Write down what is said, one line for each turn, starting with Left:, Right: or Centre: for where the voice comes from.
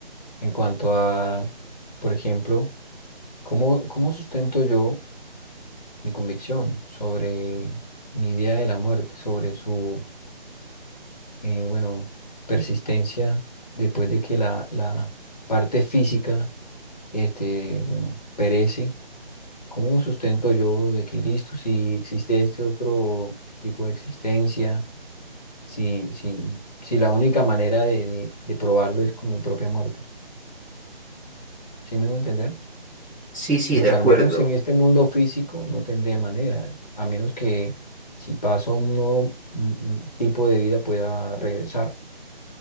Left: en cuanto a, por ejemplo, ¿cómo, cómo sustento yo mi convicción sobre mi idea de la muerte, sobre su eh, bueno, persistencia, después de que la, la parte física, este, bueno, perece, ¿cómo sustento yo de que listo, si existe este otro tipo de existencia, si, si, si la única manera de, de, de probarlo es con mi propia muerte? ¿Sí me voy a entender?
Centre: Sí, sí,
Left: Bueno,
Centre: de acuerdo.
Left: al menos en este mundo físico no tendría manera, a menos que si paso un nuevo mm, mm, tipo de vida pueda regresar.